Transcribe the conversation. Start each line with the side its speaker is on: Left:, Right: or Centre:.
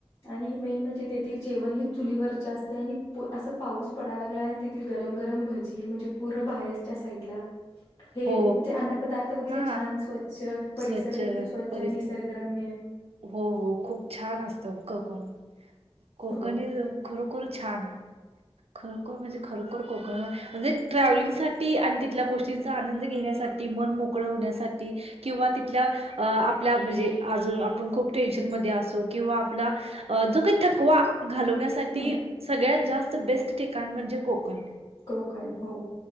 Left: आणि मेन म्हणजे तेथील जेवण हे चुलीवरचे असत य यआणि असा पाऊस पडाला लागला आणि तिथली गरम गरम भजी म्हणजे पूर बाहेरच्या साइडला हे
Right: हो
Left: म्हणजे अन्न पदार्थ वगैरे
Right: हा
Left: छान स्वच्छ परिसर
Right: स्वच्छ
Left: देखील स्वच्छ
Right: परिसर
Left: निसर्गरम्य
Right: हो हो खूप छान असतं कोकण कोकण
Left: हो
Right: हे जर खरोखर छान हाय. खरोखर म्हणजे खरोखर कोकण म्हणजे ट्रॅव्हलिंगसाठी आणि तिथल्या गोष्टींचा आनंद घेण्यासाठी मन मोकळं होण्यासाठी किंवा तिथल्या अं आपल्या म्हणजे अजून आप आपण खूप टेन्शनमध्ये असो किंवा आपला अं जो काही थकवा घालवण्यासाठी
Left: हं.
Right: सगळ्यात जास्त बेस्ट ठिकाण म्हणजे कोकण.
Left: कोकण हो